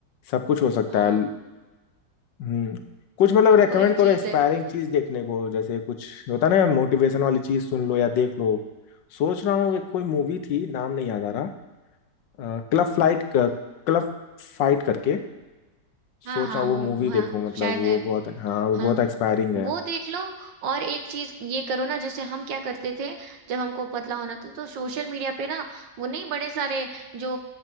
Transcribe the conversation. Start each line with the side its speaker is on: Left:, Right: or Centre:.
Left: सब कुछ हो सकता
Right: हाँ
Left: है हम्म कुछ मतलब रेकमेंड
Right: वही
Left: करो
Right: चीज
Left: एक्सपायरिंग चीज देखने को जैसे कुछ होता ना मोटिवेशन वाली चीज सुन लो या देख लो सोच रहा हूँ एक कोई मूवी थी नाम नहीं याद आ रहा क्लब फ्लाइट क्लब
Right: है
Left: फाइट करके
Right: हाँ
Left: सोच
Right: हाँ
Left: रहा हूँ
Right: हो
Left: वो मूवी
Right: हाँ
Left: देखूं मतलब
Right: शायद
Left: वो
Right: है वो
Left: बहुत हाँ वो
Right: हाँ
Left: बहुत एक्सपायरिंग है
Right: वो देख लो और एक चीज ये करो ना जैसे हम क्या करते थे जब हमको पतला होना था तो सोशल मीडिया पे ना वो नहीं बड़े सारे जो